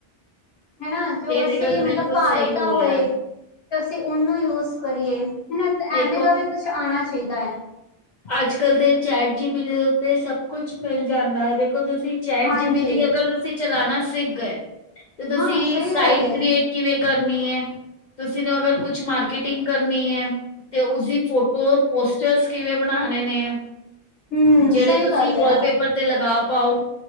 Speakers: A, on the left; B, on the left.
A: ਹੈ ਨਾ ਜੋ
B: ਇਹ
A: ਅਸੀਂ
B: ਤੇ ਗੱਲ
A: ਮਤਲਬ
B: ਬਿਲਕੁਲ
A: ਭਾਰਤ
B: ਸਹੀ ਬੋਲਿਆ
A: ਦਾ ਹੋਏ। ਤੇ ਅਸੀਂ ਉਹਨੂੰ ਯੂਜ ਕਰੀਏ ਹੁਨ ਇਕ
B: ਦੇਖੋ
A: ਐਵੇਂ ਦਾ ਵੀ ਕੁੱਛ ਆਣਾ ਚਾਹੀਦਾ ਹੈ।
B: ਅੱਜ ਕੱਲ ਤੇ ਚੈਟ ਜੀ ਬੀ ਦੇ ਉੱਤੇ ਸਭ ਕੁੱਛ ਮਿਲ ਜਾਂਦਾ ਹੈ। ਦੇਖੋ ਤੁਸੀਂ ਚੈਟ
A: ਹਾਂਜੀ
B: ਜੀ ਬੀ ਟੀ ਅਗਰ ਤੁਸੀਂ ਚਲਾਣਾ ਸਿੱਖ ਗਏ ਤੇ ਤੁਸੀਂ
A: ਹਾਂ ਸਹੀ
B: ਸਾਈਟ
A: ਗੱਲ ਏ
B: ਕ੍ਰੀਏਟ ਕਿਵੇਂ ਕਰਨੀ ਹੈ ਤੁਸੀਂ ਨੂੰ ਅਗਰ ਕੁੱਛ ਮਾਰਕੀਟਿੰਗ ਕਰਨੀ ਹੈ। ਤੇ ਉਸਦੀ ਫੋਟੋ ਪੋਸਟਰਸ ਕਿਵੇਂ ਬਣਾਣੇ ਨੇ।
A: ਹੂੰ
B: ਜਿਹੜੇ
A: ਸਹੀ
B: ਤੁਸੀਂ
A: ਗੱਲ
B: ਵਾਲਪੇਪਰ
A: ਏ
B: ਤੇ ਲਗਾ ਪਾਓ।